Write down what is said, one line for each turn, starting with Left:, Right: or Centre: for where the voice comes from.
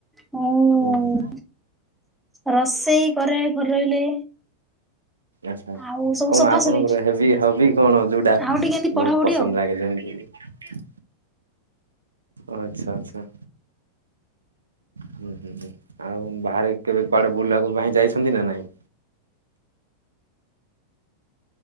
Centre: ମୁଁ
Right: ହୁଁ ହୁଁ
Centre: ରୋଷେଇ କରେ ଘରେ ରହିଲେ
Right: ଆଚ୍ଛା
Centre: ଆଉ ସବୁ
Right: କଣ
Centre: ସଫାସଫି
Right: ଆପଣଙ୍କର ହେବି ହବି କଣ ଯୋଉଟା
Centre: ଆଉ
Right: ବହୁତ
Centre: ଟିକେ ଏମିତି ପଢାପଢି
Right: ପସନ୍ଦ
Centre: ଆଉ।
Right: ଲାଗେ ଯେମିତି ଆଚ୍ଛା ଆଚ୍ଛା ହୁଁ ହୁଁ ହୁଁ ଆଉ ବାହାରେ କେବେ କୁଆଡେ ବୁଲିବାକୁ ପାଇଁ ଯାଇଛନ୍ତି ନା ନାଇଁ